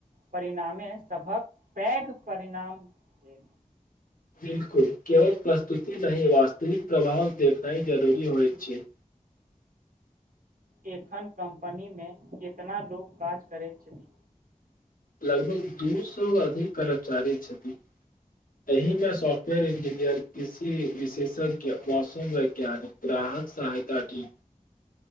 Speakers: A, on the right; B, on the left.
A: परिणामे सभक पैघ परिणाम भेल।
B: 'बिलकुल' केवल प्रस्तुति नहि, वास्तविक प्रभाव देखनाइ जरूरी होइत छै।
A: एखन कम्पनीमे कितना लोक काज करैत छथि?
B: लगभग दू सौ अधिक कर्मचारी छथि। एहि में सॉफ्टवेयर इंजीनियर, कृषी विशेषज्ञ, मौसम वैज्ञानिक। ग्राहक सहायता की।